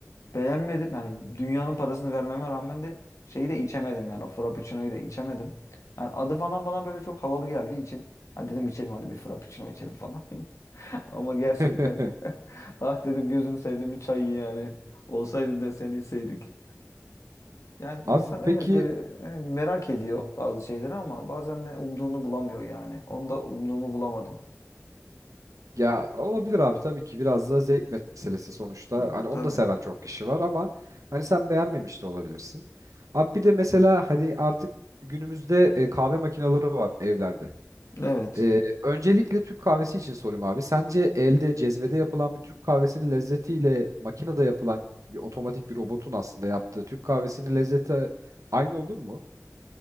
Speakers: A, on the left; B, on the right.
A: beğenmedim. Yani dünyanın parasını vermeme rağmen de şeyi de içemedim yani o frappuccino'yu da içemedim. Yani adı falan bana böyle çok havalı geldiği için ha dedim içelim hadi bir frappuccino içelim falan. <laughs> Ama gerçekten
B: <laughs>
A: <laughs> ah dedim gözünü sevdiğim bir çayı yani olsaydın da seni içseydik. Yani
B: Abi
A: insan evet
B: peki
A: böyle e, merak ediyor bazı şeyleri ama bazen de umduğunu bulamıyor yani. Onda umduğumu bulamadım.
B: Ya olabilir abi tabii ki biraz da zevk meselesi sonuçta.
A: Hı,
B: Hani onu
A: Tabii.
B: da seven çok kişi var ama hani sen beğenmemiş de olabilirsin. Abi bir de mesela hani artık günümüzde e, kahve makineleri var evlerde.
A: Evet.
B: E, öncelikle Türk kahvesi için sorayım abi. Sence elde cezvede yapılan bir Türk kahvesinin lezzetiyle makinede yapılan bir otomatik bir robotun aslında yaptığı Türk kahvesinin lezzeti aynı olur mu?